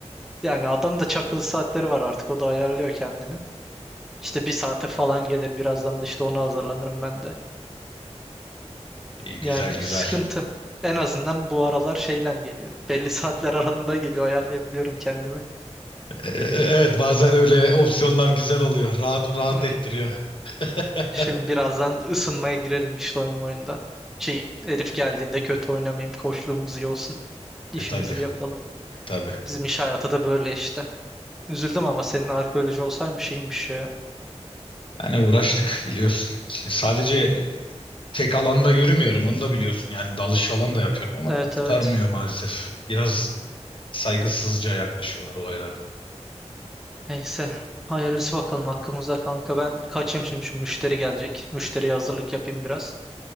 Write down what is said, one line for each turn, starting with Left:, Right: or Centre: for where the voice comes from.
Centre: Yani adam da çakılı saatleri var artık o da ayarlıyor kendini. İşte bir saate falan gelir birazdan da işte ona hazırlanırım ben de.
Left: İyi güzel
Centre: Yani
Left: güzel.
Centre: sıkıntı. En azından bu aralar şeyle geliyor. Belli saatler <laughs> aralığında geliyor ayarlayabiliyorum kendimi.
Left: Ee, evet bazen öyle opsiyonlar güzel oluyor. Rahat rahat
Centre: Hmm.
Left: ettiriyor. <laughs>
Centre: Şimdi birazdan ısınmaya girerim işte oyun oyunda. Şey, herif geldiğinde kötü oynamayayım. Koçluğumuz iyi olsun. İşimizi
Left: E tabii.
Centre: yapalım.
Left: E tabii.
Centre: Bizim iş hayatı da böyle işte. Üzüldüm ama senin arkeoloji olsaymış iyiymiş ya.
Left: Yani uğraştık biliyorsun. İşte sadece e, tek alanda yürümüyorum onu da biliyorsun. Yani dalış falan da yapıyorum ama
Centre: Evet
Left: kurtarmıyor
Centre: evet.
Left: maalesef. Biraz e, saygısızca yaklaşıyorlar olaylara.
Centre: Neyse. Hayırlısı bakalım hakkımızda kanka. Ben kaçayım şimdi şu müşteri gelecek. Müşteriye hazırlık yapayım biraz.